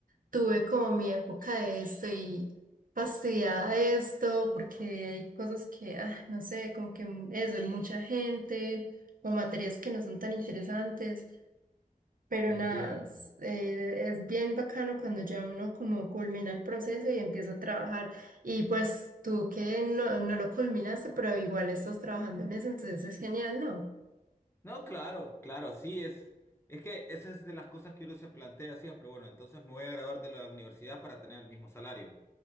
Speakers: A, on the right; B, on the left.
A: Tuve como mi época de esto y fastidiada de esto porque hay cosas que, ah, no sé, como que m- eso, hay mucha gente o materias que no son tan interesantes, pero
B: te
A: nada,
B: entiendo.
A: es, eh, es bien bacano cuando ya uno como culmina el proceso y empieza a trabajar y pues tú que no, no lo culminaste, pero igual estás trabajando en eso, entonces es genial, ¿no?
B: No, claro, claro, sí, es, es que esa es de las cosas que uno se plantea siempre. Bueno, entonces me voy a graduar de la universidad para tener el mismo salario.